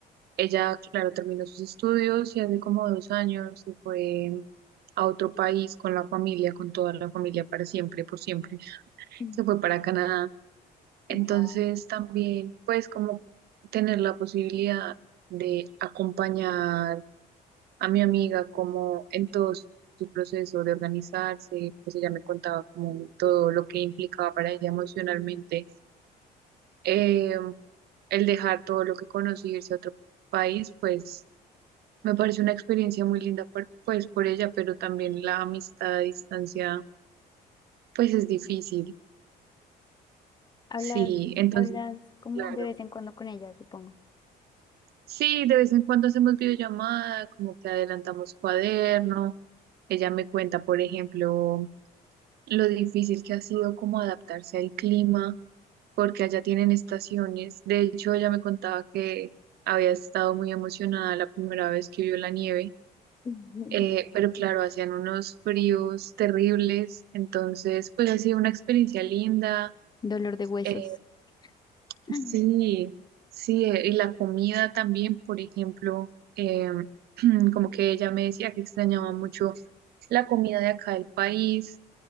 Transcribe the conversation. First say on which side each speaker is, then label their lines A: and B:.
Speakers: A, on the right; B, on the left.
A: Ella, claro, terminó sus estudios y hace como dos años se fue a otro país con la familia, con toda la familia para siempre, por siempre.
B: Mm.
A: Se fue para Canadá. Entonces
B: wow.
A: también, pues como tener la posibilidad de acompañar a mi amiga como en todo su su proceso de organizarse, pues ella me contaba como todo lo que implicaba para ella emocionalmente, eh, el dejar todo lo que conoce y irse a otro país, pues me parece una experiencia muy linda por, pues por ella, pero también la amistad a distancia pues es difícil.
B: Hablas,
A: Sí, entonces,
B: hablas como
A: claro.
B: de vez en cuando con ella, supongo.
A: Sí, de vez en cuando hacemos videollamada, como que adelantamos cuaderno. Ella me cuenta, por ejemplo, lo difícil que ha sido como adaptarse al clima, porque allá tienen estaciones. De hecho, ella me contaba que había estado muy emocionada la primera vez que vio la nieve
B: <laughs> Ujú.
A: eh, pero claro, hacían unos fríos terribles, entonces pues ha sido una experiencia linda.
B: Dolor de huesos.
A: eh,
B: <laughs>
A: sí,
B: Ah.
A: sí, eh, y la comida también, por ejemplo, eh, <clears throat> como que ella me decía que extrañaba mucho la comida de acá del país,